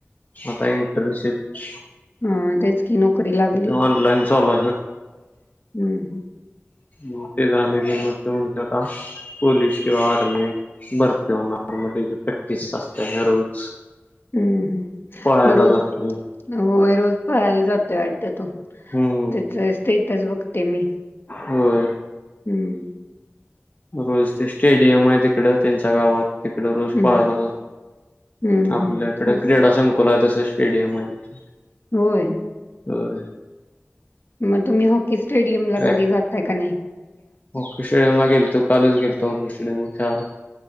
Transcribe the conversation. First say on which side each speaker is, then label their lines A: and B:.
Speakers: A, on the left; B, on the left.
A: आता इंटर्नशिप
B: हा तेच कि नोकरी लागली
A: ऑनलाईन चालू
B: हम्म हम्
A: म ते झाले के म आता पोलीस किंवा आर्मी भरती होणार म्हणजे प्रॅक्टिस असते ना रोज
B: हम्म हम्
A: पळायला
B: म रज
A: जातो
B: हो रोज पहायला जात वाटत तो
A: हम्म
B: त्याच स्टेटस बघते मी
A: होम
B: हम्म
A: रोज ते स्टेडियम आहे तिकड त्यांच्या गावात तिकडे रोज
B: हं,
A: पळायला
B: हं,
A: आपल्याकडे
B: हं. असं
A: क्रीडा संख अकोला तसं स्टेडियम आहे तिथे
B: होय
A: होय
B: मग तुम्ही हॉकी स्टेडियम ला
A: ट्रॅक
B: कधी जातय कनाय
A: हॉकी स्टेडियम गेलतू कालच गेलतो हॉकी स्टेडियम वर खेळयला